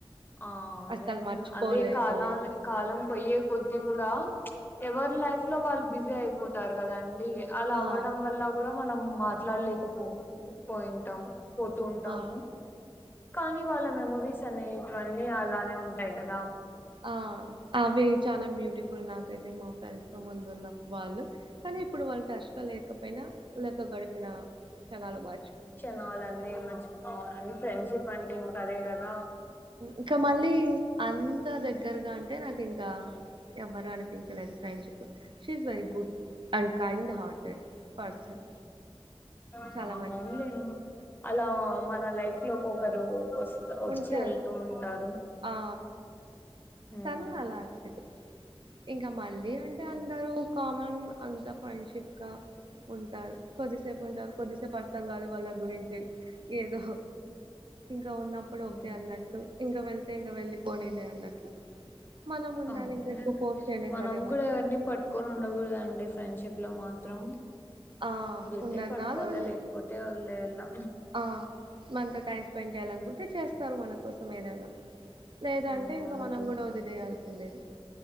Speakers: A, on the left; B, on the right.
A: అవునులేండి
B: అసలు మర్చిపోలేనివి.
A: అదే కాలాల కాలం పొయ్యే కొద్ది కూడా ఎవరి లైఫ్ లో వాళ్ళు బిజీ అయిపోతారు కదా అండి అలా
B: ఆ!
A: అవ్వడం వల్ల కూడా మనం మాట్లాడలేకపో పోయింటాం పోతూ ఉంటాము
B: ఆ!
A: కానీ వాళ్ళ మెమరీస్ అనే అన్నీ అలానే ఉంటాయి కదా
B: ఆ అవి చాలా బ్యూటిఫుల్ నాకైతే మా ఫ్రెండ్స్ తో ముందు ఉన్న వాళ్ళు కానీ ఇప్పుడు వాళ్ళు టచ్ లో లేకపోయినా వాళ్ళతో గడిపిన క్షణాలు మర్
A: క్షణాలన్ని మర్చిపోవాలని ఫ్రెండ్షిప్ అంటే ఇంకా అదే క దా
B: ఇంకా మళ్ళీ అన్ త దగ్గరగా అంటే నాకు ఇంకా ఎవ్వరు అనిపించలేదు friendship she is very good and kind hearted person
A: ఆ
B: చాలా
A: అవునులేండి
B: మంచి
A: అలా మన లైఫ్ లోకి ఒకరు వస్త వచ్చి
B: ఉంటా
A: వెళ్తూ ఉంటారు
B: ఆ
A: హ
B: తను అలాంటిది ఇంకా మళ్ళీ అంటే అందరూ కామన్ అంతా ఫ్రెండ్షిప్ గా ఉంటారు కొద్దిసేపు ఉంటారు కొద్దిసేపు అర్థం కాదు వాళ్ళ గురించి ఏదో ఇంకా ఉన్న ఇప్పుడు ఓకే
A: ఉమ్
B: అనట్లు ఇంక వెళ్తే ఇంక వెళ్ళి పోనీలే అన్నట్లు మనం ఉండాలి
A: అవునులేండి
B: ఇంకా ఎక్కువ ఫోర్స్ చేయలేం
A: మనం
B: కదా
A: కూడా ఎవరిని పట్టుకొని ఉండకూడదండి ఫ్రెండ్షిప్ లో మాత్రం
B: ఆ
A: కుదిరితే
B: ఉన్నన్నాళ్ళు
A: పట్టుకోవాలా
B: ఉన్న
A: లేకపోతే వదిలేయాలా
B: ఆ మనతో టైమ్ స్పెండ్ చేయ్యాలనుకుంటే చేస్త ఇస్తారు మన కోసం ఏదన్నా లేదంటే
A: అవునండి
B: ఇంకా మనం కూడా వదిలేయలీ లేదు